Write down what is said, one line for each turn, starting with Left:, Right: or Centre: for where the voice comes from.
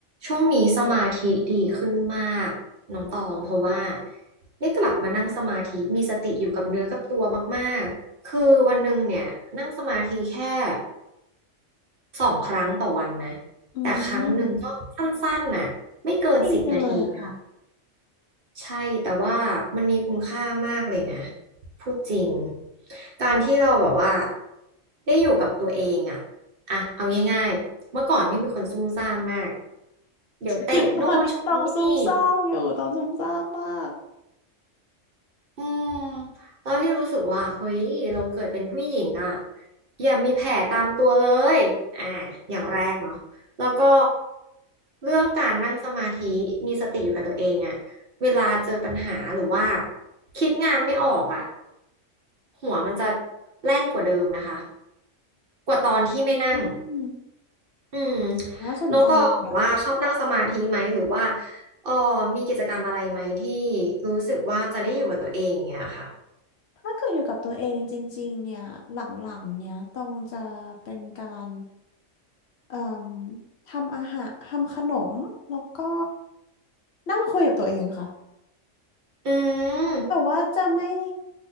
Right: ช่วงนี้สมาธิดีขึ้นมากน้องตองเพราะว่าได้กลับมานั่งสมาธิมีสติอยู่กับเนื้อกับตัวมากๆคือวันหนึ่งเนี่ยนั่งสมาธิแค่สองครั้งต่อวันนะ
Left: อืม
Right: แต่ครั้งหนึ่งก็สั้นๆน่ะไม่เกินสิบนาทีค่ะ
Left: ดีจังเลยค่ะ
Right: ใช่แต่ว่ามันมีคุณค่ามากเลยนะพูดจริงการที่เราแบบว่าได้อยู่กับตัวเองอะอะเอาง่ายๆเมื่อก่อนพี่เป็นคนซุ่มซ่ามมากเดี๋ยวเตะโน่นชมนี่
Left: <laughs> ตอนนี้ต้องซุ่มซ่ามอยู่ต้องซุ่มซ่ามมาก
Right: อืมตอนที่รู้สึกว่าเฮ้ยเราเกิดเป็นผู้หญิงอ่ะอย่ามีแผลตามตัวเลยอ่าอย่างแรกเนาะแล้วก็เรื่องการนั่งสมาธิมีสติอยู่กับตัวเองอ่ะเวลาเจอปัญหาหรือว่าคิดงานไม่ออกอ่ะหัวมันจะแล่นกว่าเดิมนะคะกว่าตอนที่ไม่นั่ง
Left: อืม
Right: อืม
Left: โหน่าสนใจอะค่ะ
Right: น้องตองแบบว่าชอบนั่งสมาธิไหมหรือว่าเออมีกิจกรรมอะไรไหมที่รู้สึกว่าจะได้อยู่กับตัวเองอย่างเงี้ยค่ะ
Left: ถ้าเกิดอยู่กับตัวเองจริงๆเนี่ยหลังๆเนี่ยตองจะเป็นการเอ่มทำอาหารทำขนมแล้วก็นั่งคุยกับตัวเองค่ะ
Right: อืม
Left: แต่ว่าจะไม่